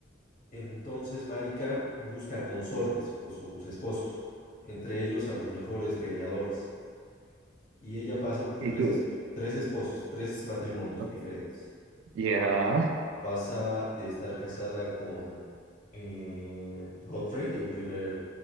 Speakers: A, on the left; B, on the right.
A: Entonces, Marika busca consortes o sus esposos, entre ellos a los mejores peleadores. Y ella pasa por
B: ¿Y
A: tres,
B: tú?
A: es- tres esposos, tres matrimonios
B: O-
A: diferentes.
B: Ya,
A: pasa de estar casada con eh, Godfrey, el primer